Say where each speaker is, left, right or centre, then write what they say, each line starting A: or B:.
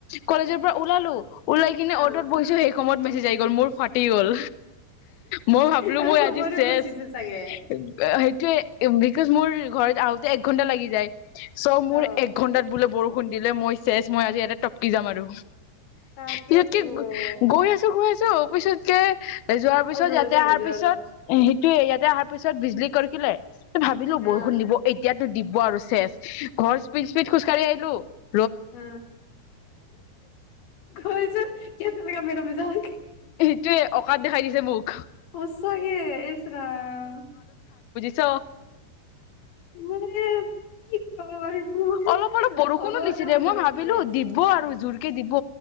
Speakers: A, on the left; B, on the left.
A: হা
B: কলেজৰ পৰা ওলালো ওলাই কিনে
A: হা
B: অটত বৈছো সেই সময়ত ত মেছেজ আহ গ'ল মোৰ ফাটি গ'ল মই ভাবিলো
A: তাকে
B: মই
A: চবৰে
B: আজি চেচ
A: ফচিছে চাগে
B: সেইটোয়ে বিকজ মোৰ ঘৰত আ এক ঘণ্টা লাগি যায় চ' মোৰ
A: অ
B: এক ঘন্টাত বোলে বৰষুণ খুন্দিলে মই চেজ মই আজি ইয়াতে টপকি যাম আৰু
A: তাকেতো
B: পিছত কি গৈ আছো গৈ আছো পিছতকৈ যোৱাৰ পিছত,
A: অ ৰজে
B: ইয়াতে
A: আহিলে
B: অহাৰ পিছত
A: অলপ
B: সেইটোয়ে ইয়াত, অহাৰ পিছত বিজলী কৰকিলে, ভাবিলো
A: হা
B: বৰষুণ দিব, এতিয়া টো দিব আৰু শেষ। ঘৰ স্পিড-স্পিড খোজকাঢ়ি আহিছো। হেল্ল',
A: উ কৈছো কি <unintelligible> যা'ক
B: এইটোৱে অকাত দেখাই দিছে মোক।
A: সঁচাকে ইছ ৰাম।
B: ছ।
A: মানে কি কম আৰু
B: অলপ-অলপ বৰষুণো
A: ভগৱানে
B: দিছিলে
A: আমাৰ
B: মই
A: লগত
B: ভাবিলো
A: খেলি আছে
B: দিব আৰু জোৰকে দিব